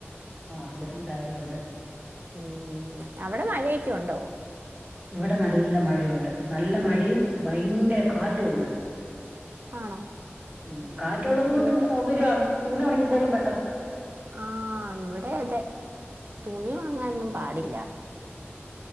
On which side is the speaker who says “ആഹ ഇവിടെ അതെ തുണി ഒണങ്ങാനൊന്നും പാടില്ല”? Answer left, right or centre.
Right